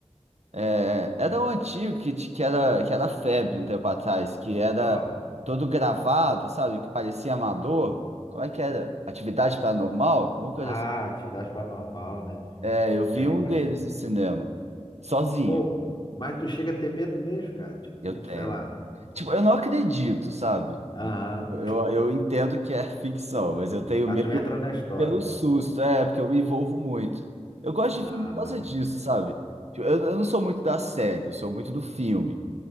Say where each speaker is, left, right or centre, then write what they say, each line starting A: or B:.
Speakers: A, on the right; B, on the left.
A: é, era um antigo que, t- que era, que era febre um tempo atrás, que era
B: Qual?
A: todo gravado, sabe? Que parecia amador. Como é que era? Atividade paranormal? Alguma coisa
B: Ah,
A: assim.
B: atividade paranormal, né?
A: É, eu vi
B: É,
A: um
B: mas,
A: deles no cinema, sozinho.
B: pô, mas tu chega a ter medo mesmo, cara? Tipo,
A: Eu tenho.
B: sei lá.
A: Tipo, eu não acredito, sabe?
B: Aham.
A: Eu, eu entendo que é <laughs> ficção, mas eu tenho
B: Mas
A: medo
B: tu entra na história.
A: pelo susto, é, porque eu me envolvo muito. Eu gosto
B: Ah,
A: de filme por causa disso, sabe? Tipo, Eu, eu não sou muito da série, eu sou muito do filme,